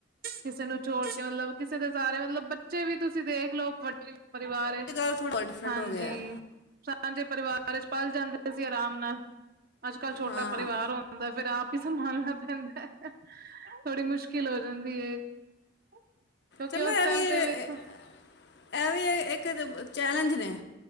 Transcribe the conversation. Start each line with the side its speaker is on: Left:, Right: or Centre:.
Right: ਕਿਸੇ ਨੂੰ ਛੋੜ ਕੇ, ਮਤਲਬ ਕਿਸੇ ਦੇ ਸਾਰੇ, ਮਤਲਬ ਬੱਚੇ ਵੀ ਤੁਸੀਂ ਦੇਖ ਲਓ ਵੱ ਪਰ ਪਰਿਵਾਰ ਵਿਚ,
Left: ਇਹ ਗੱਲ ਥੋੜ੍ਹਾ ਡਿਫਰੈਂਟ
Right: ਹਾਂਜੀ।
Left: ਹੋ ਗਿਆ
Right: ਸਾਂਝੇ ਪਰਿਵਾਰ ਵਿੱਚ, ਪਲ ਜਾਂਦੇ ਸੀ। ਆਰਾਮ ਨਾਲ। ਅੱਜ ਕੱਲ ਛੋਟਾ,
Left: ਹਾਂ
Right: ਪਰਿਵਾਰ ਹੁੰਦਾ ਹੈ। ਫੇਰ ਆਪ ਹੀ ਸੰਭਾਲਣਾ ਪੈਂਦਾ, ਥੋੜੀ ਮੁਸ਼ਕ ਮੁਸ਼ਕਿਲ ਹੋ ਜਾਂਦੀ ਐ। ਕਿਉਂਕਿ
Left: ਚਲੋ
Right: ਉਸ
Left: ਇਹ
Right: ਟਾਈਮ
Left: ਵੀ
Right: ਤੇ ਵੇਖੋ
Left: ਇਹ ਵੀ, ਇੱਕ ਚੈਲੇਂਜ ਨੇ।